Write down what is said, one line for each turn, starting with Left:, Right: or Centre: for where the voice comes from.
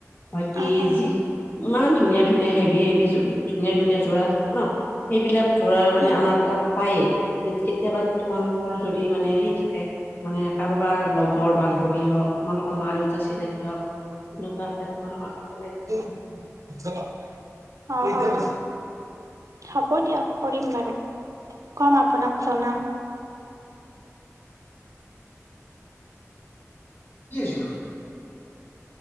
Left: বাকী
Right: অ', অ',
Left: যি। ইমান ধুনীয়া ধুনীয়া হেভি হেভি যো ধুনীয়া ধুনীয়া যোৰা থাকে ন সেইবিলাক যোৰা মানে
Right: উম,
Left: আমাৰ তাত পায়ে কেতিয়াবা তোমালোকৰ যদি মানে সেই থাকে। মানে কাৰোবাৰ লগৰ বান্ধৱী হওঁক, তোমালোকৰ মা দেউতাৰ চিনাকি হওক, তেনেকুৱা <unintelligible> কথা।
Right: অঁ অঁ। হ'ব দিয়ক কৰিম বাৰু। কম আপোনাক জনাম।
Left: <unintelligible>